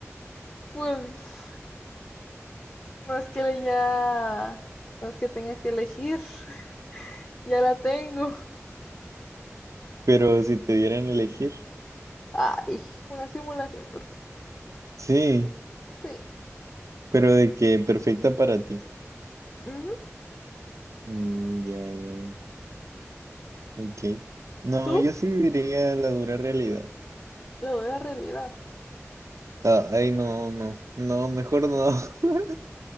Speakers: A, on the left; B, on the right.
A: Mm, Pues no es que le ya, no es que tenga que elegir. <laughs> Ya la tengo.
B: Pero si te dieran a elegir,
A: Ay, una simulación perfecta.
B: sí,
A: Sí.
B: pero de que perfecta para ti.
A: Ujú.
B: Mm, ya, ya, ya, ok. No,
A: ¿Tú?
B: yo sí viviría la dura realidad.
A: Lo de la realidad.
B: Ah, ay, no, no, no, mejor no, <laughs>